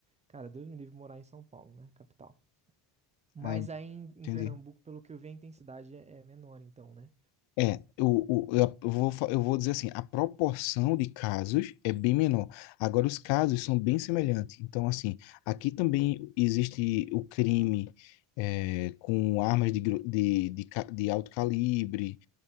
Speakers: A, on the right; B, on the left.
A: cara, Deus me livre morar em São Paulo, né? Capital. Mas
B: Ah,
A: aí em,
B: entendi.
A: em Pernambuco, pelo que eu vi, a intensidade é, é menor, então, né?
B: É, o, o, eu, eu vou, fa- eu vou dizer assim, a proporção de casos é bem menor. Agora, os casos são bem semelhantes. Então, assim, aqui também existe o crime é, com armas de, gru- de, de, ca- de alto calibre,